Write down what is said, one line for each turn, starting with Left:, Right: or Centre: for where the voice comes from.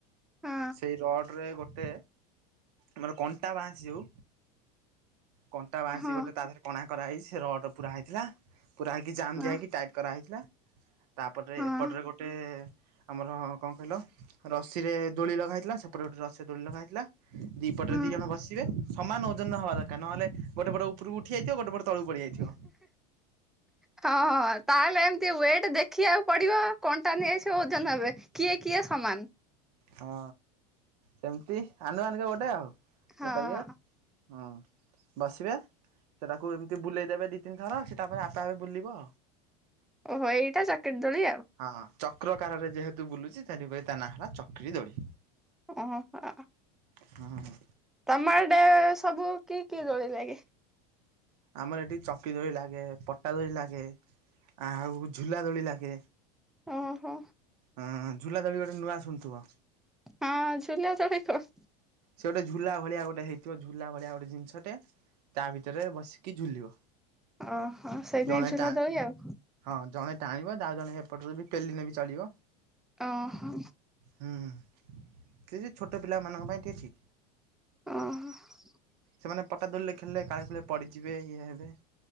Centre: ହଁ
Right: ସେହି ର ପଟରେ ଗୋଟେ ଆମର କଣ୍ଟା ବାଆଁସି ଯୋଉ। କଣ୍ଟା ବାଆଁଶି
Centre: ହଁ ହଁ
Right: ଗୋଟେ ତା ଦେହରେ କଣା କରାହେଇଛି ସେ ରଡ଼ ପୁରା ହେଇଥିଲା ପୁରା ହେଇକି ଜାମ୍
Centre: ହଁ
Right: ଦିଆ ହେଇକି ଟାଇ କରାହେଇଥିଲା ତାପରେ
Centre: ହଁ
Right: ଏପଟରେ ଗୋଟେ। ଆମର କଣ କହିଲ ରସିରେ ଦୋଳି ଲଗା ହେଇଥିଲା ସେପଟେ ଗୋଟେ ରସିରେ ଦୋଳି ଲଗା ହେଇଥିଲା। ଦି ପଟରେ
Centre: ହଁ
Right: ଦି ଜଣ ବସିବେ ସମାନ ଓଜନ ହବା ଦରକାର ନହେଲେ ଗୋଟେ ପଟ ଉପରକୁ ଉଠି ଯାଇଥିବ ଗୋଟେ ପଟ। ତଳକୁ ପଡ଼ିଯାଇଥିବ।
Centre: ହଁ ହଁ, ତାହେଲେ ଏମିତି ୱେଟ ଦେଖିବାକୁ ପଡ଼ିବ। କଣ୍ଟା ନେଇଆସିବ ଓଜନ ହେବେ। କିଏ କିଏ ସମାନ।
Right: ହଁ, ସେମିତି ଆନୁମାନିକ ଗୋଟେ ଆଉ ଇଏ
Centre: ହଁ
Right: କରିବା। ହଁ। ବସିବେ, ସିଏ ତାକୁ ଏମିତି ବୁଲେଇ ଦେବେ ଦୁଇ ତିନି ଥର ସିଏ ତାପରେ ଆପେ ଆପେ ବୁଲିବ।
Centre: ଓହୋଃ ଏଇଟା ଚକ୍ରୀ ଦୋଳି ଆଉ।
Right: ହଁ ହଁ ଚକ୍ରକାର ରେ ଯେହେତୁ ବୁଲୁଛି, ଥେନି ପାଇଁ ତା ନାଁ ହେଲା ଚକ୍ରି ଦୋଳି।
Centre: ଓହୋଃ।
Right: ହଁ ହଁ।
Centre: ତମ ଆଡ଼େ ସବୁ କି କି ଦୋଳି ଲାଗେ?
Right: ଆମର ଏଠି ଚକ୍ରୀ ଦୋଳି ଲାଗେ, ପଟା ଦୋଳି ଲାଗେ ଆଉ ଝୁଲା ଦୋଳି ଲାଗେ।
Centre: ଓହୋଃ।
Right: ହଁ ଝୁଲା ଦୋଳି ଗୋଟେ ନୂଆ ଶୁଣୁଥିବ।
Centre: ହଁ, ଝୁଲା ଦୋଳି କଣ?
Right: ସେ ଗୋଟେ ଝୁଲା ଭଳିଆ ଗୋଟେ ହେଇଥିବ ଝୁଲା ଭଳିଆ ଗୋଟେ ଜିନିଷଟେ। ତା ଭିତରେ ବସିକି ଝୁଲିବ।
Centre: ଓହୋ ସେଇ ନାଇ
Right: ଜଣେ
Centre: ଝୁଲା
Right: ଟା ହଁ,
Centre: ଦୋଳି ଆଉ
Right: ଜଣେ ଟାଣିବ ଆଉ ଜଣେ ହେପଟରୁ ବି ପେଲିନେ ବି ଚଳିବ।
Centre: ଓହୋ
Right: ହୁଁ, ହୁଁ, କିଛି ଛୋଟ ପିଲାମାନଙ୍କ ପାଇଁ ଅଛି।
Centre: ଓହୋଃ।
Right: ସେମାନେ ପଟା ଦୋଳିରେ ଖେଳିଲେ କାଳେ ପଡ଼ିଯିବେ ଇଏ ହେବେ।